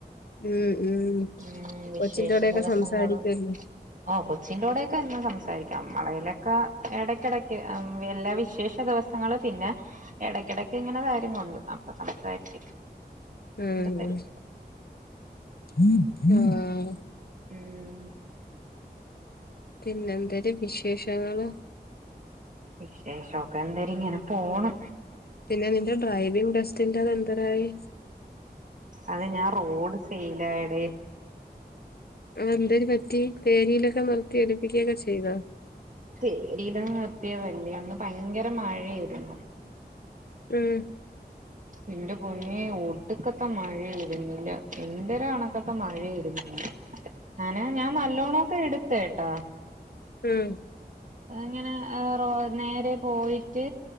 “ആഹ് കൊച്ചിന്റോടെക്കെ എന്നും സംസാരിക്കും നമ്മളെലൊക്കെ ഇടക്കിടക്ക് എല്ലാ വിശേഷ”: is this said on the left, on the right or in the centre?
Right